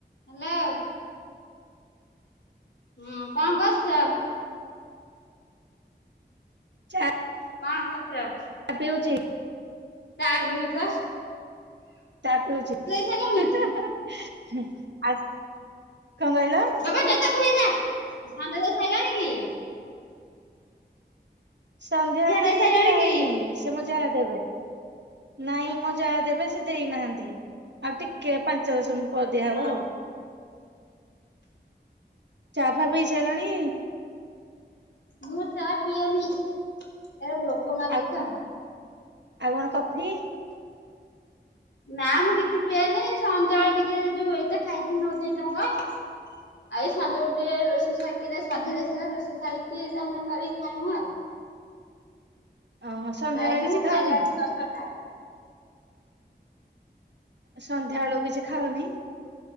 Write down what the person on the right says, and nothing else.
ଚା
ପିଉଛି
ତା ପିଉଛି,
ହିଁ
ହିଁ ଆସ କଣ କହିଲ?
ସନ୍ଧ୍ୟା ନାହିଁ
ଦିଆ
ହେଇନି। ସେ ମୋ ଯା ଦେବେ ନାଇଁ ମୋ ଯା ଦେବେ ସେ ଦେଇନାହାନ୍ତି ଆଉ ଟି କେ ପାଞ୍ଚ ଦଶ ମିନିଟ୍ ପରେ ଦିଆହବ
ଆଉ। ଚା ଫା ପିଇ ସାଇଲଣି?
ଆଉ
ଆଉ କଣ କଫି?
ଓହୋ ସନ୍ଧ୍ୟାବେଳେ
କିଛି
ଖାଅନି?
ସନ୍ଧ୍ୟା ବେଳକୁ କିଛି ଖାଅନି?